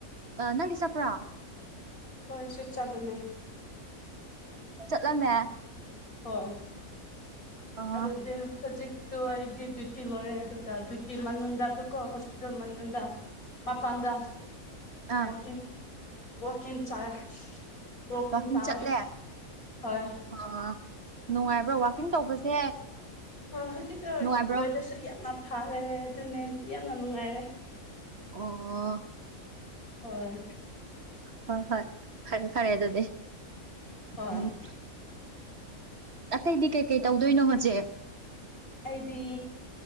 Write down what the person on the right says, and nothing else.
ꯑ ꯅꯪ ꯆꯄ꯭ꯔꯥ
ꯆꯠꯂꯝꯃꯦ
ꯑ ꯑꯥ
ꯑꯥ
ꯋꯥꯛꯀꯤꯡ
ꯆꯠꯂꯦ
ꯑ ꯅꯨꯡꯉꯥꯏꯕ꯭ꯔꯣ ꯋꯥꯛꯀꯤꯡ ꯇꯧꯕꯁꯦ
ꯅꯨꯡꯉꯥꯏꯕ꯭ꯔꯣ
ꯑꯣ
ꯍꯣꯏ ꯍꯣꯏ ꯐꯔꯦ ꯐꯔꯦ ꯑꯗꯨꯗꯤ
ꯎꯝ ꯑꯇꯩꯗꯤ ꯀꯩꯀꯩ ꯇꯧꯗꯣꯏꯅꯣ ꯍꯧꯖꯤꯛ